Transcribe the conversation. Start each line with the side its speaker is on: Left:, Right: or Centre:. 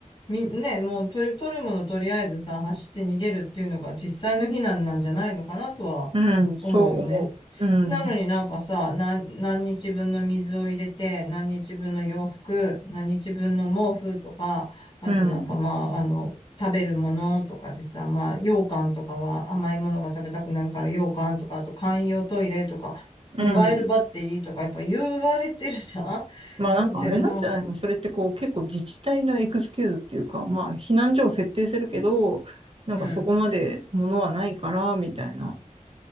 Left: み、ね、もう取る、取るものとりあえずさ、走って逃げるっていうのが実際の避難なんじゃないのかなとは
Right: うん、そう思う。
Left: 思うよね。
Right: うん、
Left: なのになんかさ、何、何日分の水を入れて、何日分の洋服、何日分の毛布とか、あとなんかまあ、
Right: うん、
Left: あの、食べるものとかでさ、まあ、羊羹とかは甘いものが食べたくなるから羊羹とか、あと簡易用トイレとか、
Right: うん。
Left: モバイルバッテリーとかやっぱ言われてるじゃ
Right: まあなんかあれなんじゃないのそれってこう結構自治体のエクスキューズっていうか、
Left: ん <laughs> で、なんか、
Right: まあ避難所を設定するけど、なんかそこまで物はないからみたいな。
Left: うん。